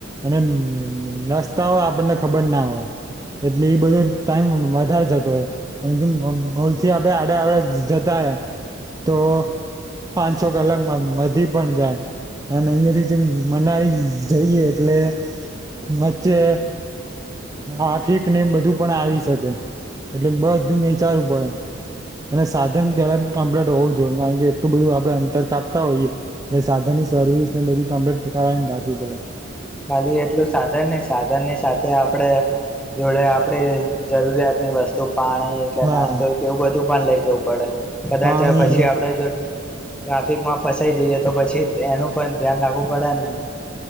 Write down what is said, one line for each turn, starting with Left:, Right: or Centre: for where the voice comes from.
Right: અને રસ્તા હોય આપણને ખબર ના હોય એટલે એ બધો ટાઈમ વધારે જતો હોય અને હલથી આપણે આડા આડ જતા હોય તો પાંચ છ કલાકમાં વધી પણ જાય અને અહીિયાંયા થી જેમ મનાઈ જઈએ એટલે વચ્ચે આફિક ને બધું પણ આવી શકે એટલે બધું વિચારવું પડે અને સાધન પેલા કમ્પ્લીટ હોવું જોઈએ કારણ કે એટલું બધું આપડે અંતર કાપતા હોઈએ એટલે સાધન ની સર્વિસને બધી કમ્પ્લીટ કરાવીને રાખવી પડે
Centre: ખાલી એટલું સાધન નહ સા ની સાથે આપડ જોડે આપડી જરૂરિયાત અને વસ્તુ પાણી કે
Right: હા
Centre: નાસ્તો કે એવું બધું પણ લઇ જઉ બડ -' કદાચ
Right: પાણી
Centre: પછી આપડે જો ટ્રાફિકમાં ફસાઈ જઈએ, તો પછી એનું પણ ધ્યાન રાખવું પડે ને.